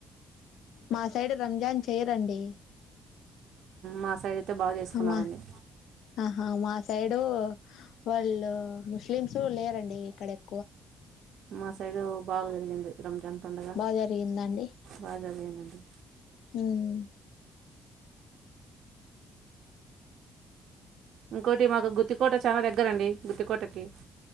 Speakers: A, on the left (about 80°); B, on the right (about 70°).
A: మా సైడ్ రంజాన్ చెయరండి
B: మా సైడ్ అయితే బాగా చేసుకున్నారండి
A: అమ ఆహా మా సైడు వాళ్ళు ముస్లిమ్స్ లేరండి ఇక్కడ ఏక్
B: మా సైడ్ బాగ జరిగింది రంజాన్ పండగ
A: బా జరిగిందా అండి
B: బాగా జరిగిందండి
A: ఉమ్
B: ఇంకోటి మాకు గుత్తికోట చాన దగ్గరండి గుత్తికోటకి